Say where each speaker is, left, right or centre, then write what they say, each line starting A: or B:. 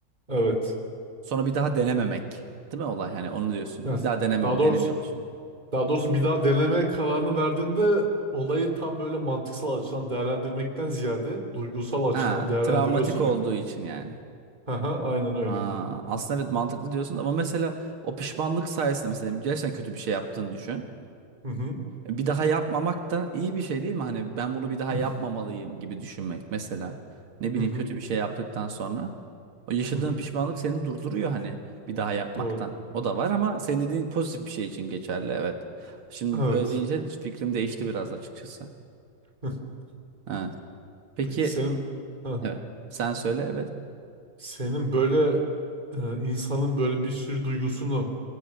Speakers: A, on the right; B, on the right.
A: Evet.
B: Sonra bir daha denememek. Değil mi olay? Hani onu diyorsun.
A: Yani
B: Bir daha deneme,
A: daha doğrusu
B: denemiyor oluşun.
A: daha doğrusu bir daha denemeye kararını verdiğinde olayı tam böyle mantıksal açıdan değerlendirmekten ziyade duygusal açıdan
B: Ha,
A: değerlendiriyorsun
B: travmatik
A: ya.
B: olduğu için yani.
A: aha Aynen öyle.
B: Aa, aslında evet mantıklı diyorsun ama mesela o pişmanlık sayesinde mesela diyelim gerçekten kötü bir şey yaptığını düşün.
A: Hı hı.
B: E, Bir daha yapmamak da iyi bir şey değil mi? Hani ben bunu bir daha
A: <laughs>
B: yapmamalıyım gibi düşünmek mesela. Ne bileyim
A: Hı hı.
B: kötü bir şey yaptıktan sonra. O yaşadığın
A: Hı hı.
B: pişmanlık seni durduruyor hani bir daha yapmaktan.
A: Doğru.
B: O da var ama senin dediğin pozitif bir şey için geçerli evet. Şimdi
A: Evet.
B: öyle deyince fikrim değişti biraz açıkçası.
A: <laughs>
B: Evet. Peki
A: Peki senin ha,
B: evet. Sen söyle evet.
A: senin böyle e, insanın böyle bir sürü duygusunu